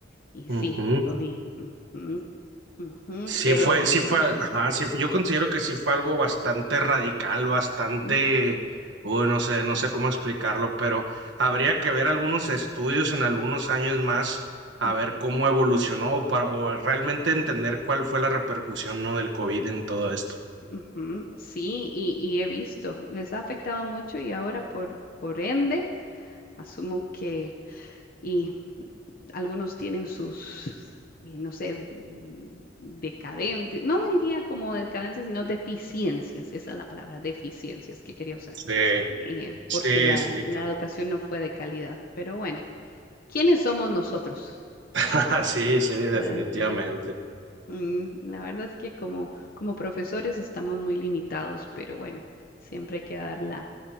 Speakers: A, on the left; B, on the right.
A: Y
B: Ujú.
A: sí, lo vi. Mm, mm, ujú,
B: Sí
A: pero
B: fue, sí fue,
A: sí.
B: ajá, sí fue- yo considero que sí fue algo bastante radical, bastante,
A: Mm,
B: uy, no sé, no sé cómo explicarlo, pero habría que ver algunos estudios en algunos años más a
A: ujú,
B: ver cómo evolucionó o para, o realmente entender cuál fue la repercusión, ¿no? del COVID
A: ujú,
B: en todo esto.
A: ujú, Sí, y, y he visto. Les ha afectado mucho y ahora por, por ende, asumo que y algunos tienen sus, y no sé, decadentes, no diría como decadencias, sino deficiencias. Esa es la palabra, deficiencias que quería usar.
B: Sí,
A: eh,
B: sí,
A: porque la,
B: sí,
A: la
B: claro.
A: educación no fue de calidad. Pero bueno, ¿quiénes somos nosotros?
B: <laughs> Sí, sí, definitivamente.
A: para decirlo. Mm, la verdad es que como, como profesores estamos muy limitados, pero bueno, siempre hay que dar la,